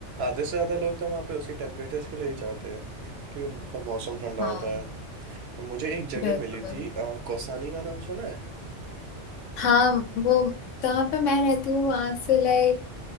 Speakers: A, on the right (about 65°); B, on the left (about 85°).
A: आधे से ज्यादा लोग तो वहां पे उसी टेम्परेचर के लिए ही जाते हैं क्योंकि उनका मौसम ठंडा
B: हाँ
A: होता है मुझे एक जगह
B: बिल्कुल
A: मिली थी अ, कौसानी का नाम सुना है
B: हाँ वो जहाँ पे मैं रहती हूँ वहां से लाइक